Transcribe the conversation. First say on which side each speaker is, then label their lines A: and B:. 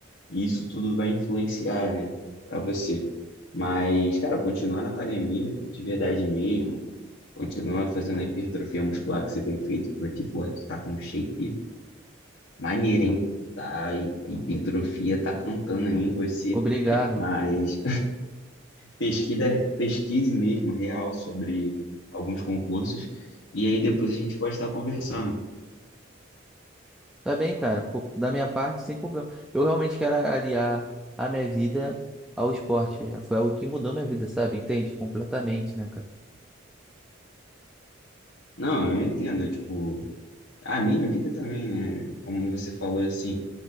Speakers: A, on the left; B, in the centre.
A: e isso tudo vai influenciar, né, Pra você. Mas, cara, continua na academia de verdade mesmo, continua fazendo a hipertrofia muscular que você tem feito, porque, porra, tu tá com um shape maneiro, hein? Tá, a hi- a hipertrofia tá cantando aí em você,
B: Obrigado.
A: mas pesquisa, pesquise mesmo, real, sobre alguns concursos, e aí depois a gente pode estar conversando.
B: Tá bem, cara. Pô, da minha parte, sem problema. Eu realmente quero aliar a minha vida ao esporte. É, Foi algo que mudou minha vida, sabe? Entende? Completamente, né, cara?
A: Não, eu entendo, tipo, a minha vida também, né? Como você falou assim,